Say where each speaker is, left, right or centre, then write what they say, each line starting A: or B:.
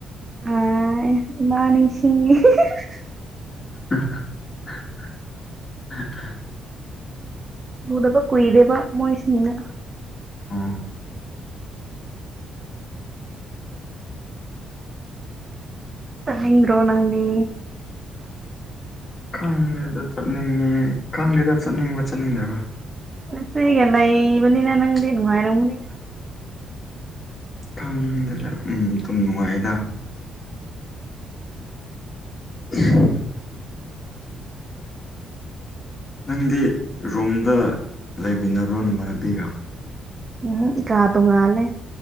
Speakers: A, on the right (about 30°); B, on the left (about 30°).
A: ꯑꯥ ꯃꯥ ꯅꯤꯁꯤꯡꯉꯦ ꯍꯦ ꯍꯥ ꯍꯥ ꯍꯥ
B: ꯑꯍ ꯍ ꯍ ꯍ
A: ꯎꯗꯕ ꯀꯨꯏꯔꯦꯕ ꯃꯣꯏ ꯁꯤꯡꯅ
B: ꯑꯣ <inaudible>
A: ꯆꯠꯅꯤꯡꯗ꯭ꯔꯣ ꯅꯪꯗꯤ
B: ꯈꯪꯗꯦꯗ ꯆꯠꯅꯤꯡꯉꯤ ꯈꯪꯗꯦꯗ ꯆꯠꯅꯤꯡꯕ ꯆꯠꯅꯤꯡꯗ꯭ꯔꯕ
A: ꯅꯨꯄꯤꯒ ꯂꯩꯕꯅꯤꯅ ꯅꯪꯗꯤ ꯅꯨꯡꯉꯥꯏꯔꯝꯒꯅꯤꯗ
B: ꯈꯪꯗꯦꯗ ꯎꯝ ꯑꯗꯨꯨꯝ ꯅꯨꯡꯉꯥꯏꯗ <unintelligible> ꯅꯪꯗꯤ ꯔꯨꯝꯗ ꯂꯩꯃꯤꯟꯅꯕ꯭ꯔꯣ ꯅꯃꯥꯟꯅꯕꯤꯒ
A: ꯎꯝ ꯀꯥ ꯇꯣꯡꯉꯥꯜꯂꯦ